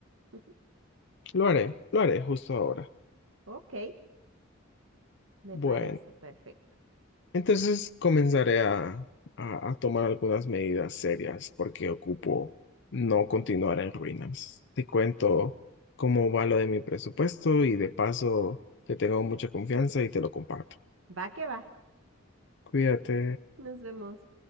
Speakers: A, on the right; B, on the left.
A: Ujú.
B: Lo haré, lo haré justo ahora.
A: Ok, me
B: Bueno.
A: parece perfecto.
B: Entonces comenzaré a, a- a tomar algunas medidas serias porque ocupo no continuar en ruinas. Te cuento cómo va lo de mi presupuesto y de paso que tengo mucha confianza y te lo comparto.
A: Va que va.
B: Cuídate.
A: Nos vemos.